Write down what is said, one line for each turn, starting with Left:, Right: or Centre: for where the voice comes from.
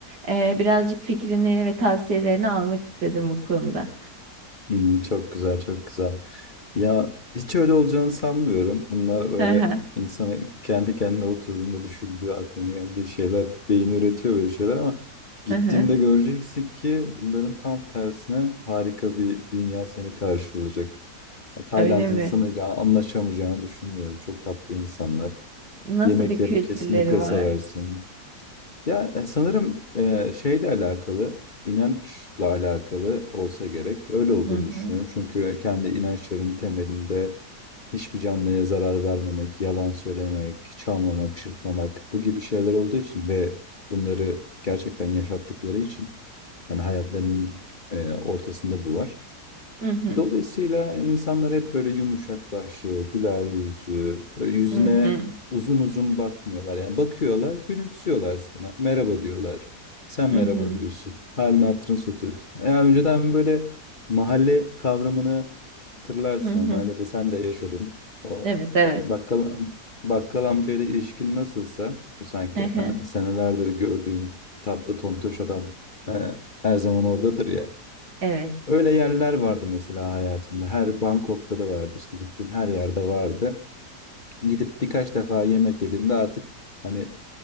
Right: E, birazcık fikrini ve tavsiyelerini almak istedim bu konuda.
Left: Hımm, çok güzel, çok güzel. Ya, hiç öyle olacağını sanmıyorum. Bunlar öyle
Right: Hı hı,
Left: insana kendi kendine oturduğunda düşündüğü, aklına geldiği şeyler, beyin üretiyor böyle şeyler ama gittiğinde
Right: hı hı.
Left: göreceksin ki bunların tam tersine harika bir dünya seni karşılayacak. Ya, Tayland
Right: Öyle
Left: insanıyla
Right: mi?
Left: anlaşamayacağını düşünmüyorum. Çok tatlı insanlar.
Right: Nasıl
Left: Yemeklerini
Right: bir kültürleri
Left: kesinlikle
Right: var?
Left: seversin. Ya e, sanırım e, şeyle alakalı, inançla alakalı olsa gerek. Öyle olduğunu
Right: Hı hı.
Left: düşünüyorum. Çünkü kendi inançlarının temelinde hiçbir canlıya zarar vermemek, yalan söylemek, çalmamak, çırpmamak bu gibi şeyler olduğu için ve bunları gerçekten yaşattıkları için yani hayatlarının e, ortasında bu var.
Right: Hı hı.
Left: Dolayısıyla insanlar hep böyle yumuşak başlı, güler yüzlü, böyle yüzüne
Right: Hı hı.
Left: uzun uzun bakmıyorlar. Yani bakıyorlar, gülümsüyorlar sana. Merhaba diyorlar. Sen
Right: Hı
Left: merhaba
Right: hı.
Left: diyorsun. Halini hatırını satıyorsun. Yani önceden böyle mahalle kavramını hatırlarsın.
Right: Hı hı.
Left: Yani Mahallede sen de yaşadın. O
Right: Evet, evet.
Left: bakkal, bakkal amcayla ilişkin nasılsa bu sanki
Right: Hı hı.
Left: hani senelerdir gördüğün tatlı tontoş adam e, her zaman oradadır ya.
Right: Evet.
Left: Öyle yerler vardı mesela hayatımda. Her Bangkok'ta da vardı işte gittiğim her yerde vardı. Gidip birkaç defa yemek yediğimde artık hani